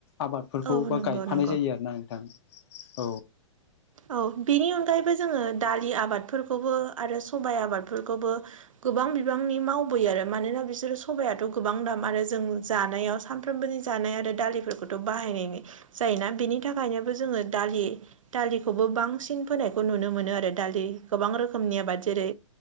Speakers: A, on the left; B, on the right.
A: आबादफोरखौ
B: औ
A: बा
B: नंगौ
A: गाइफानाय
B: नंगौ
A: जायो आरोना नोंथां। औ
B: औ बेनि अनगायैबो जोङो दालि आबादफोरखौबो आरो सबाय आबादफोरखौबो गोबां बिबांनि मावबोयो आरो मानोना बिसोरो सबाथ' गोबां दाम आरो जों जानायाव सानफ्रोमबोनि जानाय आरो दालिफोरखौथ' बाहायनाय जायोना बेनि थाखायनोबो जोङो दालि दालिखौबो बांसिन फोनायखौ नुनो आरो दालि गोबां रोखोमनि आबाद जेरै